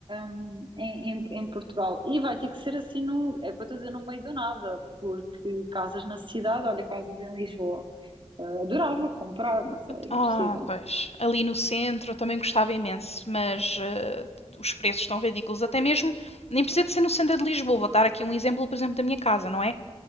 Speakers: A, on the right; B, on the left.
A: hum, em, em, em Portugal. E vai ter que ser assim, no, é o que eu estou a dizer, no meio do nada, porque casas na cidade, olha, casas em Lisboa. Eh, adorava comprar, mas é impossível.
B: Ah, pois. Ali no centro eu também gostava imenso, mas eh, os preços estão ridículos. Até mesmo, nem precisa de ser no centro de Lisboa. Vou dar aqui um exemplo, por exemplo, da minha casa, não é?